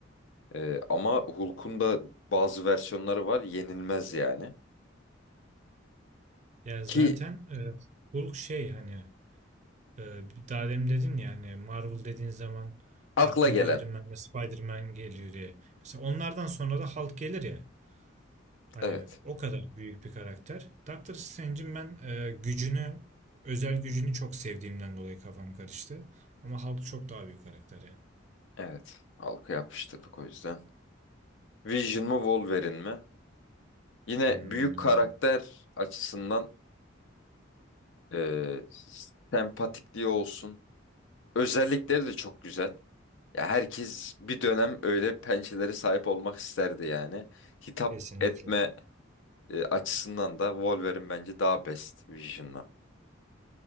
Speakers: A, on the left; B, on the right.
A: E, ama Hulk'un da bazı versiyonları var. Yenilmez yani.
B: Ya
A: Ki
B: zaten e, Hulk şey hani Ee, daha demin dedin ya hani Marvel dediğin zaman
A: akla
B: aklına
A: gelen.
B: Iron Man ve Spider-Man geliyor diye. Mesela onlardan sonra da Hulk gelir ya. Hani
A: Evet.
B: o kadar büyük bir karakter. Doctor Strange'in ben e, gücünü, özel gücünü çok sevdiğimden dolayı kafam karıştı. Ama Hulk çok daha büyük karakter ya.
A: Evet. Halka yapıştırdık o yüzden. Vision mu Wolverine mi? Yine
B: Hmm,
A: büyük karakter açısından Ee, sempatikliği olsun. Özellikleri de çok güzel. Ya herkes bir dönem öyle pençelere sahip olmak isterdi yani. Hitap
B: kesinlikle.
A: etme e, açısından da Wolverine bence daha best Vision'dan.